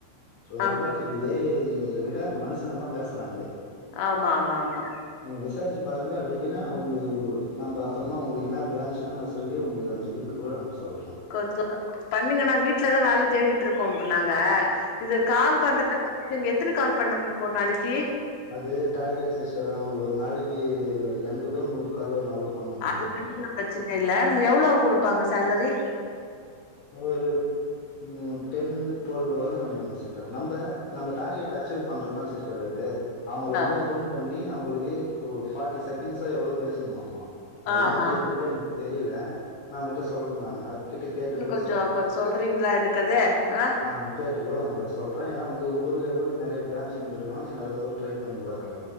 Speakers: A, on the left; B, on the left.
A: ஆ
B: ரொபோட்டிக் ஏ ஐ ங்குறத விட மனுஷங்க தா பேசறாங்களே
A: ஆமா ஆமா ஆமா
B: நீங்க விசாரிச்சு பாருங்க அப்பிடி இல்லன்னா உ நம்ம அப்பறமா உங்களுக்கு என்ன பிராஞ்சுன்ன நா சொல்லி உங்களுக்கு அந்த லிங்க் கூட அனுப்ப சொல்ற
A: கொஞ்ச பண்ணீங்கன்னா வீட்லதா வேல தேடிட்ருக்கோம் நாங்க இது கால் பண்றது எங்க எத்தன கால் பண்ண மா ஒரு நாளைக்கீ
B: அது டார்கெட் சிஸ்டர் அவுங்களுக்கு ஒரு நாளைக்கி எண்பதோ நூறு காலோ என்னவோ பண்ணுன்னு நெனைக்கிறே
A: அதுதங்க
B: சிஸ்டர்
A: பிரச்சன இல்ல எவ்வோளோ குடுப்பாங்க சேலரி
B: ஒரு ம் டென் ட்வெல் வரோ நெனைகிறோ சிஸ்டர் அது நம்ப நம்ம டார்கெட் அச்சீவ் பண்றதுதா சிஸ்டர் அது அவங்கள
A: ஆ
B: வந்து ஃபோன் பண்ணி அவங்களுக்கு ஓ பார்ட்டி செகண்ட்சோ எவ்வோளோ பேசணுமாம்மா அது
A: ஆஹா
B: என்னா டீட் டெயிலி தெரில நா ஓங்கிட்ட சொல்றே நானு அதுகிட்ட கேட்டு கூட
A: கொஞ்சே
B: சொ
A: கொஞ்ச சொல்றீங்களா எனக்கு அது ஆ
B: ஆ கேட் ட்டு கூட உங்க ளுக்கு சொல்றே ஏன்னா உங்க ஊர்ல கூட நெறைய பிரான்ச் எங்க இருக்கு நீங்க அதுல கூட ட்ரை பண்ணி பாருங்